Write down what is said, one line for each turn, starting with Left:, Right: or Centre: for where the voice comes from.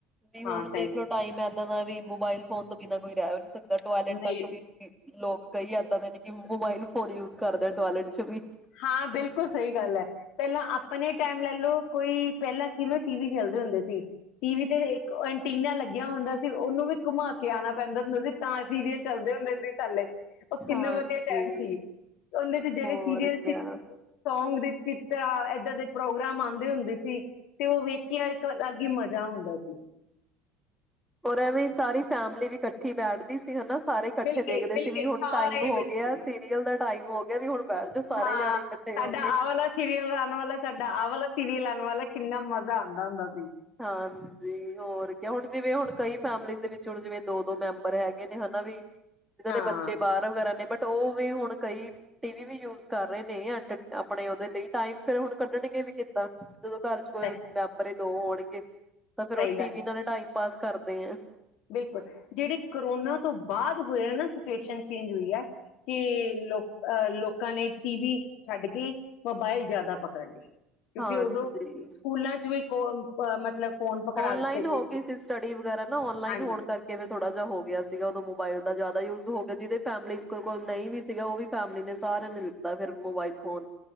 Centre: ਨਈਂ ਹੁਣ
Left: ਹਾਂ ਸਹੀ
Centre: ਦੇਖ ਲਓ ਟਾਈਮ ਐ ਪਤਾ ਨਹੀ ਮੋਬਾਈਲ ਫੋਨ ਤੋਂ ਬਿਨਾ ਕੋਈ ਰਹਿ ਵੀ ਨਹੀਂ ਸਕਦਾ। ਬਟੂਆਲੇ
Left: ਨਹੀਂ
Centre: ਤੱਕ ਵੀ ਨੀ, ਲੋਕ ਕਈ ਇਦਾਂ ਦੇ ਨੇ ਕਿ ਮੋਬਾਈਲ ਫੋਨ ਯੂਜ ਕਰਦੇ ਟੋਇਲਟ ਚ ਵੀ।
Left: ਹਾਂ ਬਿਲ ਬਿਲਕੁਲ ਸਹੀ ਗੱਲ ਹੈ। ਪਹਿਲਾਂ ਆਪਣੇ ਟਾਈਮ ਲੈਲੋ ਕੋਈ ਪਹਿਲਾਂ ਜਿਵੇਂ ਟੀ ਵੀ ਖੇਲਦੇ ਹੁੰਦੇ ਸੀ। ਟੀ ਵੀ ਤੇ ਇੱਕ ਐਂਟੀਨਾ ਲੱਗਿਆ ਹੁੰਦਾ ਸੀ ਉਹਨੂੰ ਵੀ ਘੁਮਾ ਕੇ ਆਣਾ ਪੈਂਦਾ ਮਿਊਜਿਕ ਤਾਂ ਸੀਰੀਅਲ ਚਲਦੇ ਹੁੰਦੇ ਸੀ ਥੱਲੇ, ਉਹ ਕਿੰਨਾ
Centre: ਹਾਂਜੀ
Left: ਵਧੀਆ ਟਾਈਮ ਸੀ। ਓਹਨੇ ਜੇ ਜਿਹੜੇ
Centre: ਹੋਰ
Left: ਸੀਰੀਅਲ
Centre: ਕਿਆ
Left: <unintelligible> ਸੋਂਗ ਦੀ <unintelligible> ਇਦਾਂ ਦੇ ਪ੍ਰੋਗਰਾਮ ਆਦੇ ਹੁੰਦੇ ਸੀ, ਤੇ ਉਹ ਵੇਖ ਕੇ ਇੱਕ ਅਲੱਗ ਹੀ ਮਜਾ ਹੁੰਦਾ ਸੀ।
Centre: ਔਰ ਐਵੇਂ ਹੀ ਸਾਰੀ ਫੇਮਿਲੀ ਇਕੱਠੀ ਬੈਠਦੀ ਸੀ ਹਨਾ। ਸਾਰੇ ਇਕੱਠੇ
Left: ਮਿਲਕੇ
Centre: ਦੇਖਦੇ
Left: ਮਿਲਕੇ
Centre: ਸੀ ਵੀ ਹੁਣ
Left: ਸਾਰੇ
Centre: ਟਾਈਮ ਹੋ
Left: ਮਿਲਕੇ
Centre: ਗਿਆ ਸੀਰੀਅਲ ਦਾ ਟਾਈਮ ਹੋ ਗਿਆ ਵੀ ਹੁਣ ਬੈਠ ਜਾਓ ਸਾਰੇ
Left: ਹਾਂ
Centre: ਜਾਣੇ ਇਕੱਠੇ
Left: ਸਾਡਾ
Centre: ਹੋ ਕੇ
Left: ਆਹ ਵਾਲਾ ਸੀਰੀਅਲ ਆਣ ਵਾਲਾ ਹੈ, ਸਾਡਾ ਆਹ ਵਾਲਾ ਸੀਰੀਅਲ ਆਣ ਵਾਲਾ ਹੈ, ਕਿੰਨਾ ਮਜ਼ਾ ਮਜ਼ਾ ਆਦਾ ਹੁੰਦਾ ਸੀ
Centre: ਹਾਂਜੀ ਹੋਰ ਕਿਉ ਹੁਣ ਜਿਵੇੰ ਹੁਣ ਕਈ ਫੈਮਿਲੀ ਦੇ ਵਿੱਚ ਹੁਣ ਜਿਵੇਂ ਦੋ ਦੋ ਮੈਂਬਰ ਹੈਗੇ ਨੇ ਹਨਾ ਵੀ। ਜਿਨ੍ਹਾਂ
Left: ਹਾਂ
Centre: ਦੇ ਬੱਚੇ ਬਾਹਰ ਵਗੈਰਾ ਨੇ ਬਟ ਉਹ ਵੇ ਹੁਣ ਕਈ ਟੀ ਵੀ ਵੀ ਯੂਜ ਕਰ ਰਹੇ ਨੇ, <unintelligible> ਆਪਣੇ ਓਹਦੇ ਤੇ ਹੀ, ਟਾਈਮ ਫੇਰ ਹੁਣ ਕਢਣਗੇ ਵੀ ਕਿੱਦਾਂ। ਜਦੋਂ ਘਰ ਚ <unintelligible>
Left: ਸਹੀ
Centre: ਦੋ <unintelligible> <unintelligible> ਪਰ ਫੇਰ ਉਹ
Left: ਸਹੀ
Centre: ਟੀ
Left: ਗੱਲ
Centre: ਵੀ ਨਾ <unintelligible> ਬਸ ਕਰਦੇ ਹਾਂ।
Left: ਬਿਲਕੁਲ ਜਿਹੜੀ ਕਰੋਨਾ ਤੋਂ ਬਾਅਦ ਹੋਇਆ ਨਾ ਸਿਚੂਏਸ਼ਨ ਚੇਂਜ ਹੁਈ ਹੈ। ਕਿ ਲੋ ਅਹ ਲੋਕਾਂ ਨੇ ਟੀ ਵੀ ਛੱਡ ਕੇ, ਮੋਬਾਈਲ ਜਿਆਦਾ ਪਕੜ ਲਏ। ਕਿਉਂਕਿ
Centre: ਹਾਂਜੀ
Left: ਓਦੋ ਸਕੂਲਾਂ ਚ ਵੀ <unintelligible> ਪ ਮਤਲਬ ਫੋਨ ਪਕੜਾ
Centre: ਔਨਲਾਇਨ
Left: ਦਿੱਤੇ ਗਏ
Centre: ਹੋ ਗਈ ਸੀ ਸਟੱਡੀ ਵਗੈਰਾ ਨਾ ਉਹ। ਔਨਲਾਈਨ
Left: ਹਾਂਜੀ
Centre: ਹੋਣ ਕਰਕੇ ਫੇਰ ਥੋੜਾ ਜਿਹਾ ਹੋ ਗਿਆ ਸੀ ਉਦੋਂ ਮੋਬਾਈਲ। ਥੋੜਾ ਜਿਆਦਾ ਯੂਜ਼ ਹੋ ਗਿਆ, ਜਿਦੇ ਫੈਮਿਲੀ ਚ ਕੋਈ ਕੋਲ ਨਹੀਂ ਵੀ ਸੀਗਾ, ਉਹ ਵੀ ਫੈਮਿਲੀ ਨੇ ਸਾਰਿਆਂ ਨੇ ਲੀਤਾ ਫੇਰ ਮੋਬਾਈਲ ਫੋਨ।